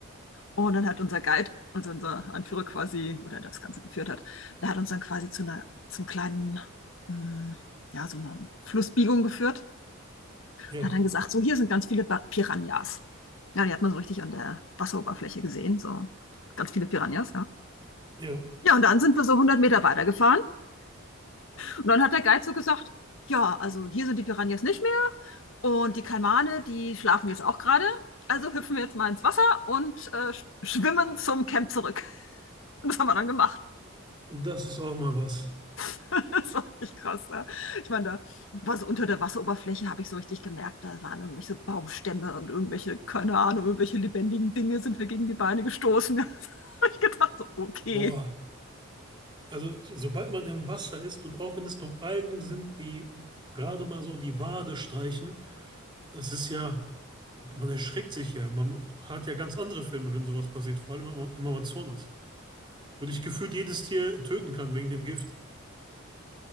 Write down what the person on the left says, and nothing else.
Und dann hat unser Guide, also unser Anführer quasi, oder der das Ganze geführt hat, der hat uns dann quasi zu einer, zum kleinen, mh, ja, so einer Flussbiegung geführt.
Und hat dann gesagt, so hier sind ganz viele Ba- Piranhas. Ja, die hat man so richtig an der Wasseroberfläche gesehen, so ganz viele Piranhas, ja.
Ja, und dann sind wir so hundert Meter weitergefahren. Und dann hat der Guide so gesagt, ja, also hier sind die Piranhas nicht mehr und die Kaimane die schlafen jetzt auch gerade. Also hüpfen wir jetzt mal ins Wasser und äh, schwimmen zum Camp zurück. <laughs> das haben wir dann gemacht.
<laughs> Das war richtig krass. Ja. Ich meine, da war so unter der Wasseroberfläche, habe ich so richtig gemerkt, da waren irgendwelche Baumstämme und irgendwelche, keine Ahnung, irgendwelche lebendigen Dinge sind wir gegen die Beine gestoßen. <laughs> Da habe ich gedacht, so, okay.